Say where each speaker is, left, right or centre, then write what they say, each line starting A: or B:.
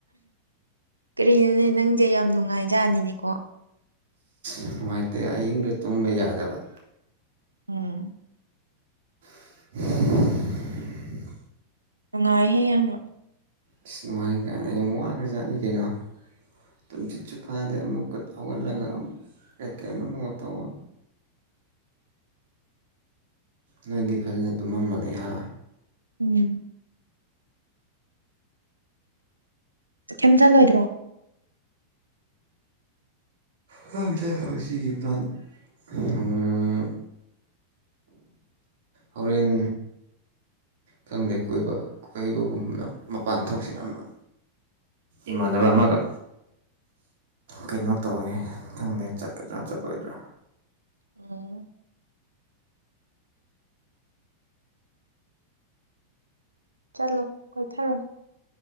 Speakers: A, on the right; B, on the right.
A: ꯀꯔꯤꯅꯣꯅꯦ ꯅꯪꯁꯦ ꯌꯥꯝ ꯅꯨꯡꯉꯥꯏꯖꯥꯅꯤꯅꯦꯀꯣ
B: ꯑ ꯅꯨꯡꯉꯥꯏꯇꯦ ꯑꯌꯤꯡꯗ ꯇꯨꯝꯕ ꯌꯥꯗꯕ
A: ꯎꯝ
B: <inaudible>
A: ꯅꯨꯡꯉꯥꯏꯍꯦ ꯌꯥꯝ ꯑꯃ
B: ꯏꯁ ꯅꯨꯡꯉꯥꯏ ꯀꯥꯏꯅ ꯌꯝ ꯋꯥꯒ꯭ꯔ ꯖꯥꯠꯅꯤ ꯀꯩꯅꯣ ꯇꯨꯝꯁꯥꯠꯁꯨ ꯐꯗꯦ ꯑꯃꯨꯛꯀ ꯍꯧꯒꯠꯂꯒ ꯑꯃꯨꯛ ꯀꯩ ꯀꯩꯅꯣ ꯑꯃ ꯇꯧꯋꯦ
A: <inaudible>
B: ꯅꯣꯏꯗꯤ ꯐꯥꯖꯅ ꯇꯨꯝꯃꯝ ꯃꯅꯤ ꯍꯥ
A: ꯎꯝ ꯇꯨ ꯈꯦꯝꯖꯜꯂꯣꯏꯗ꯭ꯔꯣ
B: ꯈꯪꯗꯦ ꯍꯧꯁꯤꯒꯤ ꯄ꯭ꯂꯥꯟ ꯎꯝ ꯍꯣꯔꯦꯟ ꯈꯪꯗꯦ ꯀꯣꯏꯕ ꯀꯣꯏꯕꯒꯨꯝꯅ ꯃꯄꯥꯟ ꯊꯣꯛꯁꯤ ꯑꯝꯅ ꯏꯃꯥꯟꯅꯕ ꯑꯃꯒ ꯀꯩꯅꯣ ꯇꯧꯋꯦ ꯈꯪꯗꯦ ꯆꯠꯀꯗ꯭ꯔꯥ ꯆꯠꯂꯣꯏꯗ꯭ꯔꯥ
A: ꯎꯝ ꯆꯠꯂꯣ ꯀꯣꯏ ꯊꯔꯣ